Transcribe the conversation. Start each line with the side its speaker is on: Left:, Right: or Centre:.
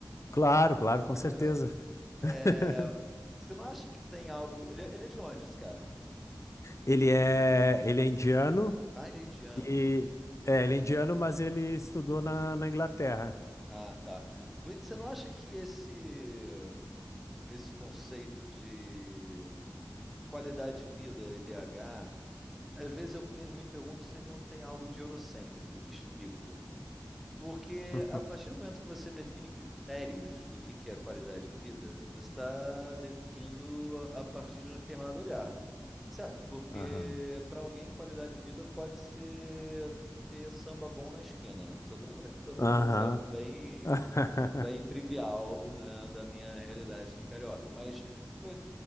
Left: Claro, claro,
Centre: <laughs>
Left: com certeza.
Centre: É,
Left: <laughs>
Centre: você não acha que tem algo. Ele, é ele é de onde, esse cara?
Left: Ele é, ele é indiano
Centre: Ah, ele é indiano.
Left: e. É, ele é indiano, mas ele estudou na, na Inglaterra.
Centre: Ah, tá. Você não acha que esse, esse conceito de qualidade de vida, e IDH, às vezes eu pe- eu me pergunto se ele não tem algo de eurocêntrico. Explico. Porque
Left: <laughs>
Centre: a partir do momento que você define critérios do que que é qualidade de vida, você está definindo a a partir de um determinado olhar, certo? Porque
Left: Aham.
Centre: para alguém, qualidade de vida pode ser ter samba bom na esquina. Estou dando, <laughs> tô dando
Left: Aham.
Centre: um exemplo bem,
Left: <laughs>
Centre: bem trivial, né, da minha realidade aqui carioca. Mas, foi,